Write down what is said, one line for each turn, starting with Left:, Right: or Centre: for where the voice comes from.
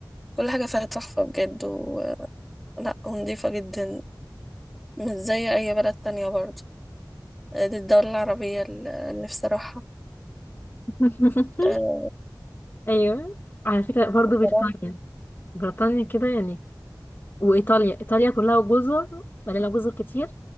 Centre: كل حاجة فيها تحفة بجد و... لا ونضيفة جدا مش زي أي بلد تانية برضه آه، دي الدولة العربية ال- اللي نفسي أروحها
Left: <laughs>
Centre: آه،
Left: ايوه على فكره برضو بريطانيا
Centre: فرنسا
Left: بريطانيا كده يعني وايطاليا ايطاليا كلها جزر مليانه جزر كتير